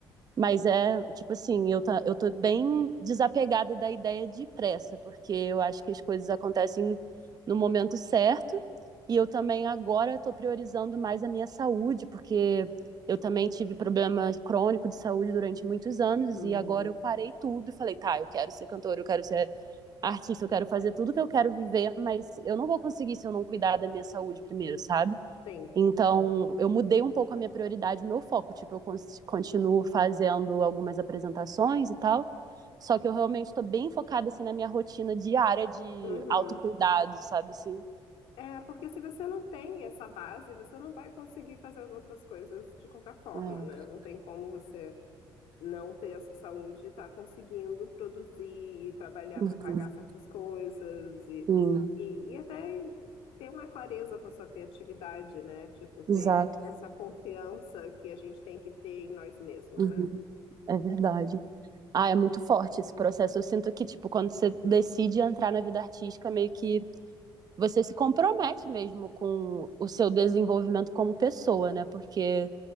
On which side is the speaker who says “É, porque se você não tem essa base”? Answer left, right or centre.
Left